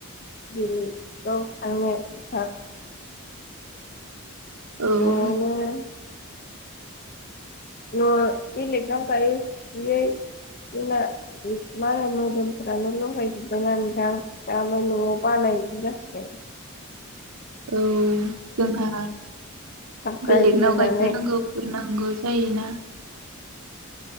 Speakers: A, on the left; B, on the right.
A: <inaudible>
B: औ
A: न'नी न'बेलेगनाव गायी फुयी जोंना मालाय मोदोमफ्रानो लहायजोब्बायना नोंथां दाय न'आव बानाय गायज गसि
B: औ जोंहा
A: थाब गायग्रोनानै
B: बेलेगनाव गायखो रोंगौ फोर नांगौ जाय ना